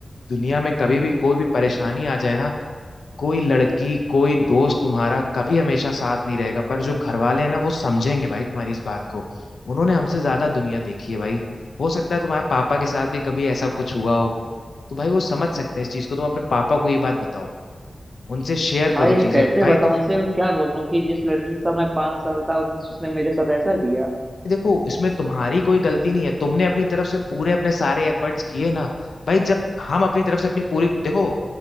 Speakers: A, on the left (about 80°); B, on the right (about 20°).
A: दुनिया में कभी भी कोई भी परेशानी आ जाए ना कोई लड़की कोई दोस्त तुम्हारा कभी हमेशा साथ नहीं रहेगा पर जो घर वाले हैं ना वो समझेंगे भाई तुम्हारी इस बात को उन्होंने हमसे ज्यादा दुनिया देखी है भाई हो सकता है तुम्हारे पापा के साथ भी कभी ऐसा कुछ हुआ हो तो भाई वो समझ सकते हैं इस चीज को तुम अपने पापा को ये बात बताओ उनसे शेयर
B: भाई
A: करो चीजें
B: कैसे
A: भाई
B: बताऊं
A: तुम
B: उनसे मैं क्या बोलूं कि जिस लड़की से मैं पांच साल था उन्होंने उसने मेरे साथ ऐसा किया
A: देखो इसमें तुम्हारी कोई गलती नहीं है तुमने अपनी तरफ से पूरे अपने सारे एफर्ट्स किए ना भाई जब हम अपनी तरफ से अपनी पूरी देखो